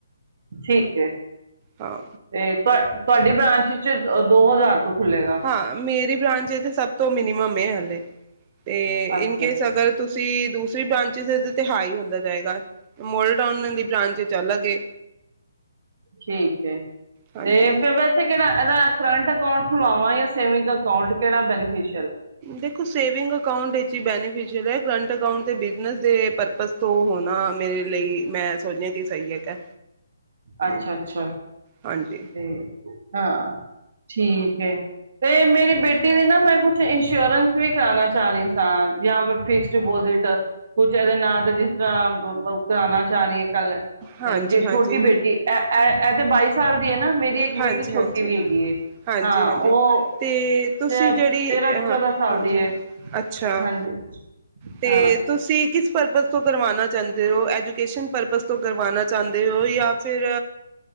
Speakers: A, on the right (about 45°); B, on the right (about 20°).
A: ਠੀਕ ਐ,
B: ਹਾਂ
A: ਤੇ ਤੁ ਤੁਹਾਡੀ ਬ੍ਰਾਂਚ ਚ ਦੋ ਹਜ਼ਾਰ ਤੋਂ ਖੁੱਲੇਗਾ।
B: ਹਾਂ ਮੇਰੀ ਬ੍ਰਾਂਚ ਚ ਤੇ ਸਭ ਤੋਂ ਮਿਨੀਮਮ ਏ ਹਲੇ। ਤੇ
A: ਅੱਛਾ
B: ਇਨਕੇਸ
A: ਅੱਛਾ
B: ਅਗਰ ਤੁਸੀਂ ਦੂਸਰੀ ਬ੍ਰਾਂਚਸ ਤੇ ਹਾਈ ਹੁੰਦਾ। ਦਿੱਤਾ ਜਾਏਗਾ <unintelligible> ਤਾਂ ਉਹਨਾਂ ਦੀ ਬ੍ਰਾਂਚ ਚ ਚੱਲ ਗਏ।
A: ਠੀਕ ਹੈ
B: ਹਾਂਜੀ
A: ਤੇ ਫਿਰ ਵੈਸੇ ਕਿਹੜਾ ਇਹਦਾ ਕਰੰਟ ਅਕਾਊਂਟ ਖੁਲਵਾਵਾਂ ਜਾਂ ਸੇਵਿੰਗ ਅਕਾਊਂਟ ਕਿਹੜਾ ਬੈਨੀਫਿਸ਼
B: ਦੇਖੋ ਸੇਵਿੰਗ ਅਕਾਊਟ ਵਿੱਚ ਈ ਬੈਨੀਫਿਸ਼ਅਲ ਐ ਕਰੰਟ ਅਕਾਊਂਟ ਤੇ ਬਿਜ਼ਨਸ ਦੇ ਪਰਪਜ਼ ਤੋਂ ਹੋਣਾ ਮੇਰੇ ਲਈ ਮੈਂ ਸੋਚਿਆ ਕਿ ਸਹੀ ਹੈਗਾ।
A: ਅੱਛਾ ਅੱਛਾ
B: ਹਾਂਜੀ
A: ਤੇ ਹਾਂ, ਠੀਕ ਐ। ਤੇ ਮੇਰੀ ਬੇਟੀ ਦੀ ਨਾ ਮੈਂ ਕੁਛ ਇਸ਼ ਇਨਸ਼ੋਰੈਂਸ ਵੀ ਕਰਾਣਾ ਚਾਹ ਰਹੀ ਸਾਂ ਜਾਂ ਫਿਰ ਫਿਕਸ ਡਿਪੋਜਿਟ ਕੁਛ ਇਹਦੇ ਨਾਲ ਜਿਸ ਤਰ੍ਹਾਂ ਕਰਾਣਾ ਚਾਹ ਰਹੀ ਗੱਲ ਐ
B: ਹਾਂਜੀ
A: ਤੇ ਜੇ
B: ਹਾਂਜੀ
A: ਛੋਟੀ ਬੇਟੀ ਐ ਐ ਐ ਤੇ ਬਾਈ ਸਾਲ ਦੀ ਏ ਨਾ। ਇੱਕ ਬੇਟੀ
B: ਹਾਂਜੀ
A: ਛੋਟੀ
B: ਹਾਂਜੀ
A: ਵੀ ਹੈਗੀ
B: ਹਾਂਜੀ
A: ਹਾਂ
B: ਹਾਂਜੀ
A: ਉਹ
B: ਤੇ ਤੁਸੀਂ
A: ਤੇਰਾਂ
B: ਜਿਹੜੀ
A: ਤੇਰਾਂ
B: ਹਾਂ
A: ਚੌਦਾਂ ਸਾਲ
B: ਹਾਂਜੀ
A: ਦੀ ਹੈ
B: ਹਾਂਜੀ ਅੱਛਾ
A: ਹਾਂਜੀ
B: ਤੇ
A: ਹਾਂ
B: ਤੁਸੀਂ ਕਿਸ ਪਰਪਜ਼ ਤੋਂ ਕਰਵਾਉਣਾ ਚਾਹੁੰਦੇ ਹੋ ਐਜੂਕੇਸ਼ਨ ਪਰਪਜ਼ ਤੋਂ ਕਰਵਾਉਣਾ ਚਾਹੁੰਦੇ ਹੋ ਜਾਂ ਫਿਰ